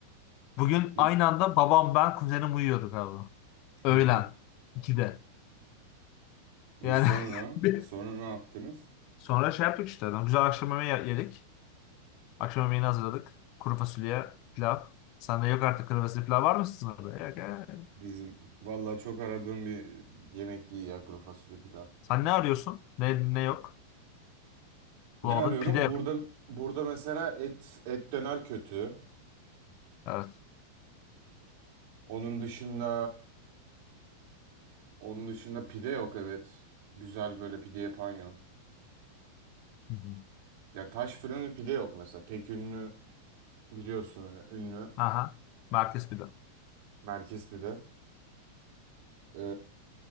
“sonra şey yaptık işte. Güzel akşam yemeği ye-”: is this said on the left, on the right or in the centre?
Left